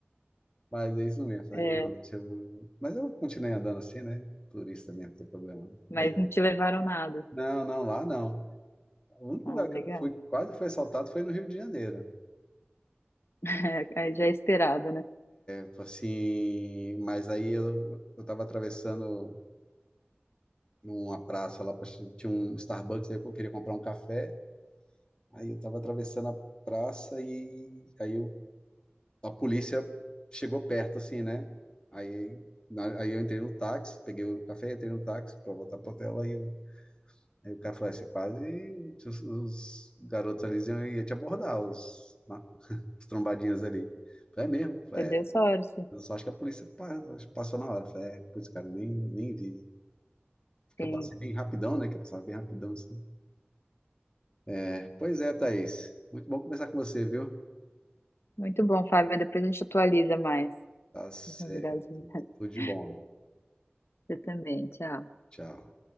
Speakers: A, on the left; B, on the left.
A: mas é isso mesmo. Eu Falei,
B: É,
A: não, deixa eu... Mas eu continuei andando assim, né? Turista mesmo, não tem problema. né?
B: Mas
A: Mas,
B: não te levaram nada.
A: não, não, lá não. O único
B: Ah,
A: lugar que
B: legal.
A: eu fui, quase fui assaltado foi no Rio de Janeiro.
B: <laughs> Aí já é esperado, né?
A: Tipo Assim, mas aí eu, eu tava atravessando. numa praça lá, pra- tinha um Starbucks, aí eu queria comprar um café, aí eu tava atravessando a praça e aí eu- a polícia chegou perto, assim, né? Aí, na- aí eu entrei no táxi, peguei o café, entrei no táxi pra voltar pro hotel, aí, o- aí o cara falou, "Ah, você quase, os, os garotos ali iam iam te abordar, os, na- <laughs> os trombadinhas ali. Eu Falei, é mesmo? Eu Falei,
B: Você deu
A: é,
B: sorte.
A: eu só acho que a polícia pa- passou na hora. Eu Falei, é, putz, cara, eu nem, nem vi. Porque
B: Sim.
A: eu passei bem rapidão, né? Que eu passava bem rapidão, assim. É, Pois é, Thaís. Muito bom conversar com você, viu?
B: Muito bom, Fábio. Depois a gente atualiza mais
A: Tá certo.
B: as novidades. <laughs>
A: Tudo de bom.
B: Você também. Tchau.
A: Tchau.